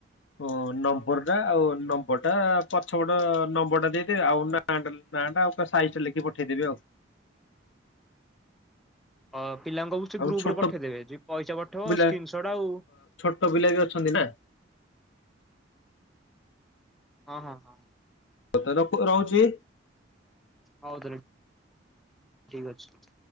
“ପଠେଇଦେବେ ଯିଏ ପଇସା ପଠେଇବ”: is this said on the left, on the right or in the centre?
Centre